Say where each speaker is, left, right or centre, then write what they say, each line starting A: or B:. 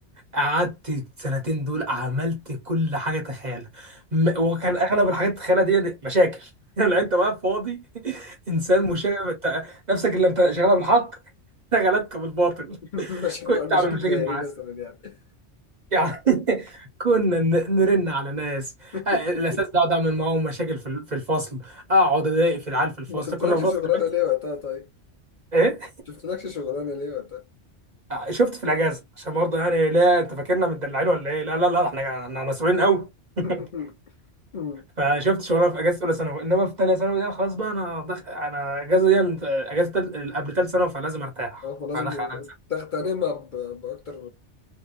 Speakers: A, on the right; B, on the left.
A: قعدت السنتين دول عملت كل حاجه تخيلها م- وكان اغلب الحاجات تخيلها دي مشاكل <laughs> لو انت واقف فاضي <laughs> انسان مشاغب انت- نفسك اللي انت شغاله بالحق شغلتك بالباطل
B: <laughs>
A: <laughs>
B: مشاكل
A: كنت
B: مشاكل
A: اعمل مشاكل
B: زي ايه
A: مع ناس
B: مثلا يعني
A: يعني <laughs> كنا ن- نرن على ناس
B: <laughs>
A: آه، الاساس ده اقعد اعمل معاهم مشاكل في ال- في الفصل اقعد اضايق في العيال في الفصل
B: ما شفتلكش
A: كنا في فصل
B: شغلانه
A: ميكس.
B: ليه وقتها طيب
A: ايه
B: شفتلكش شغلانه ليه وقتها
A: آه، شفت في الاجازه عشان برضه يعني لا انت فاكرنا متدلعين ولا ايه لا لا لا احنا إحنا مسؤولين قوي <laughs>
B: <laughs> أمم.
A: فشفت شغلها في اجازه اولى ثانوي انما في ثانيه ثانوي ده خلاص بقى انا دخ... انا اجازه دي اجازه تل... قبل ثالث ثانوي فلازم ارتاح
B: اه فلازم
A: فدخل على ثالث ثانوي.
B: تغتنمها ب- باكتر